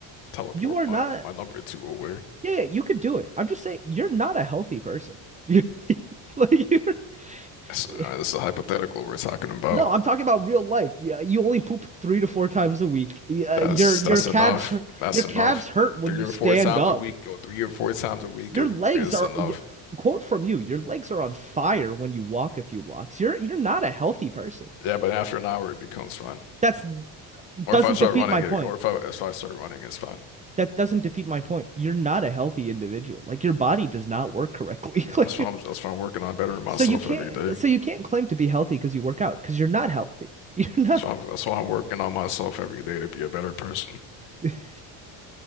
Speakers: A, on the left (about 75°); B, on the right (about 15°).
A: teleport
B: You are
A: my
B: not.
A: my number two away.
B: Yeah, yeah, you could do it. I'm just saying you're not a healthy person. <laughs> You like you. are
A: That's, uh, that's a hypothetical we're talking about.
B: No, I'm talking about real life. Yeah, you only poop three to four times a week. Y- Uh,
A: That's
B: your your
A: that's
B: calves
A: enough.
B: hurt.
A: That's
B: Your calves
A: enough.
B: hurt when
A: Three
B: you
A: or
B: stand
A: four times
B: up.
A: a week or three or four times a week
B: Your
A: is,
B: legs
A: is
B: are.
A: enough.
B: Quote from you: Your legs are on fire when you walk a few blocks. You're you're not a healthy person.
A: Yeah, but after an hour it becomes fine.
B: That's
A: Or
B: doesn't
A: if I start
B: defeat
A: running
B: my point.
A: it, or if I if I start running, it's fine.
B: that doesn't defeat my point. You're not a healthy individual. Like your body does not work correctly. <laughs>
A: That's
B: like you're,
A: why I'm, that's why I'm working on bettering myself
B: so you can't
A: every day.
B: so you can't claim to be healthy because you work out because you're not healthy. You're not
A: That's why I'm, that's why I'm working on myself every day to be a better person.
B: <laughs>